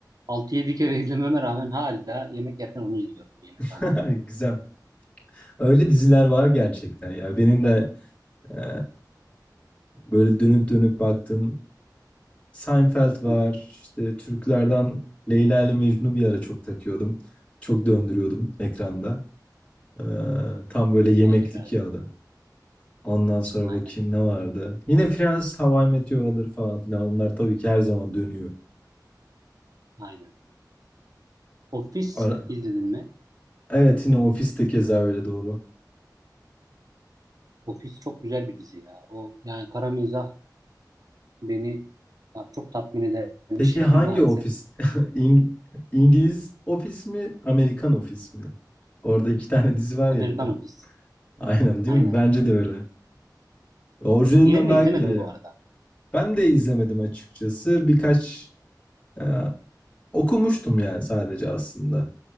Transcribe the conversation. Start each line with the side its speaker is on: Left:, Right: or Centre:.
Right: altı yedi kere <laughs> izlememe rağmen hala yemek yerken onu izliyorum yemekhanede.
Left: <laughs> Güzel. Öyle diziler var gerçekten ya. Benim de eee, böyle dönüp dönüp baktığım Seinfeld var.
Right: Hı hı.
Left: İşte Türklerden Leyla ile Mecnun'u bir ara çok takıyordum. Çok döndürüyordum ekranda. Eee, tam böyle yemeklik
Right: Hayır hayır.
Left: ya da. Ondan sonra
Right: Aynen.
Left: bakayım ne vardı. Yine Friends, How I Met Your Mother falan filan. Onlar tabii ki her zaman dönüyor.
Right: Aynen. Office
Left: Ara-
Right: izledin mi?
Left: Evet yine ofiste keza öyle doğru.
Right: Office çok güzel bir dizi ya. O yani kara mizah beni ya, çok tatmin eden bir
Left: Peki
Right: şey
Left: hangi
Right: <laughs> maalesef.
Left: ofis? <laughs> İng- İngiliz ofis mi, Amerikan ofis mi? Orada iki tane dizi var ya
Right: Amerikan
Left: bir de.
Right: Office.
Left: Aynen değil
Right: Aynen.
Left: mi? Bence de öyle. Orijinalinden
Right: Diğerini
Left: daha
Right: izlemedim
Left: güzel ya.
Right: bu arada.
Left: Ben de izlemedim açıkçası. Birkaç e, okumuştum yani sadece aslında.